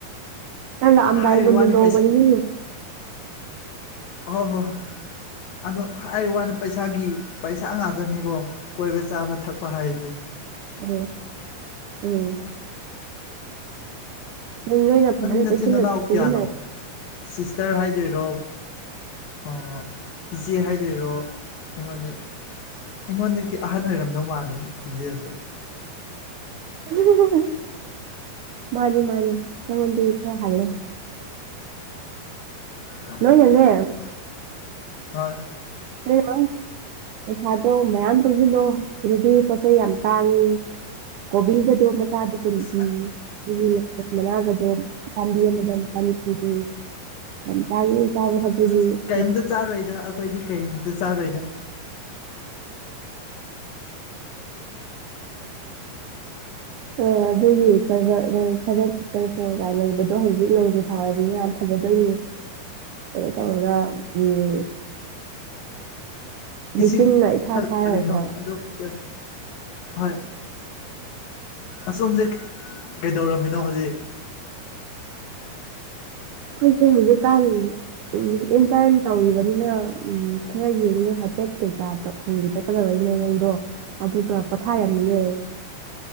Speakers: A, on the right; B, on the left.
A: ꯍꯣꯏ ꯂꯥꯛꯑꯝꯗꯥꯏ
B: ꯍꯥꯏꯔꯤ
A: ꯅꯨꯃꯤꯠ
B: ꯋꯥꯅꯤ
A: ꯅꯣꯡꯃ
B: ꯄꯩꯁꯥ
A: ꯅꯤꯅꯤ
B: ꯍꯣꯏ ꯍꯣꯏ ꯍꯣꯏ ꯑꯗꯨ ꯍꯥꯏ ꯋꯥꯅꯤ ꯄꯩꯁꯥꯒꯤ ꯄꯩꯁꯥ ꯉꯥꯛꯗꯅꯤꯀꯣ ꯀꯣꯏꯕ ꯆꯥꯕ ꯊꯛꯄ ꯍꯥꯏꯁꯦ
A: ꯎꯝ ꯎꯝ ꯑꯗꯨ ꯅꯣꯏꯅ ꯐꯖꯅ
B: ꯅꯪ ꯅꯆꯤꯟ
A: ꯆꯦꯛꯁꯤꯜꯂ
B: ꯅꯅꯥꯎ
A: ꯁꯤꯖꯤꯟꯅꯔꯦ
B: ꯀꯌꯥꯅꯣ ꯁꯤꯁꯇꯔ ꯍꯥꯏꯗꯣꯏꯔꯣ ꯑꯥ ꯏꯆꯦ ꯍꯥꯏꯗꯣꯏꯔꯣ ꯑꯩꯉꯣꯟꯅꯦ ꯑꯩꯉꯣꯟꯗꯒꯤ ꯑꯍꯟ ꯑꯣꯏꯔꯝꯗꯧ ꯃꯥꯜꯂꯦ ꯈꯣꯟꯖꯦꯜꯁꯤ
A: <unintelligible> ꯃꯥꯅꯤ ꯃꯥꯅꯤ ꯅꯉꯣꯟꯗꯒꯤ ꯈꯔ ꯍꯜꯂꯦ
B: ꯍꯣ ꯍꯣꯏ
A: ꯅꯣꯏꯅꯅꯦ
B: ꯍꯣꯏ
A: ꯂꯩꯔꯀꯪ ꯄꯩꯁꯥꯗꯣ ꯃꯌꯥꯝ ꯇꯣꯡꯁꯤꯜꯂꯣ ꯁꯤꯗꯗꯤ ꯄꯣꯠ ꯆꯩꯩ ꯌꯥꯝ ꯇꯥꯡꯉꯤ ꯀꯣꯕꯤꯒꯥꯗꯨ ꯃꯆꯥꯗꯨ ꯀꯨꯟꯄꯤ
B: ꯑꯁ
A: ꯁꯤꯒꯤ ꯂꯦꯇꯨꯁ ꯃꯅꯥꯒꯗꯣ ꯄꯥꯝꯕꯤ ꯑꯃꯗ ꯂꯨꯄꯥ ꯅꯤꯐꯨ ꯄꯤ ꯂꯝꯇꯒꯤ ꯆꯥꯕ ꯊꯛꯄꯒꯤ
B: ꯑꯁ
A: <unintelligible>
B: ꯀꯩꯝꯇ ꯆꯥꯔꯣꯏꯗ ꯑꯩꯈꯣꯏꯗꯤ ꯀꯩꯝꯇ ꯆꯥꯔꯣꯏꯗ <unintelligible>
A: ꯑ ꯑꯗꯒꯤ ꯀꯣꯏꯕ ꯃꯣꯏ ꯁꯚꯦꯟ ꯁꯤꯁꯇꯔ ꯁꯣꯒꯥꯏ ꯂꯩꯕꯗꯣ ꯍꯧꯖꯤꯛ ꯂꯩꯕ ꯍꯣꯏ ꯑꯗꯨꯗ ꯌꯥꯝ ꯐꯖꯗꯣꯏꯅꯤ ꯀꯩꯅꯣ ꯇꯧꯔꯒ ꯎꯝ ꯂꯩꯆꯤꯟꯅ
B: ꯏꯁꯤꯡ <unintelligible>
A: ꯏꯊꯥ ꯊꯥꯔꯒꯀꯣ
B: ꯑꯗꯨꯝ ꯆꯠ ꯍꯣꯏ ꯑꯁꯣꯝꯁꯦ ꯀꯩꯗꯧꯔꯝꯃꯤꯅꯣ ꯍꯧꯖꯤ
A: ꯈꯣꯏꯁꯦ ꯍꯧꯖꯤꯛꯀꯥꯟ ꯎꯝ ꯏꯟꯇꯔꯟ ꯇꯧꯔꯤꯕꯅꯤꯅ ꯎꯝ ꯈꯔ ꯌꯦꯡꯉꯦ ꯍꯥꯏꯐꯦꯠ ꯀꯩꯀꯥ ꯗꯣ ꯍꯌꯦꯡ ꯆꯠꯀꯗꯕ <unintelligible> ꯗꯣ ꯑꯗꯨꯒ ꯄꯣꯊꯥꯔꯝꯃꯤꯌꯦ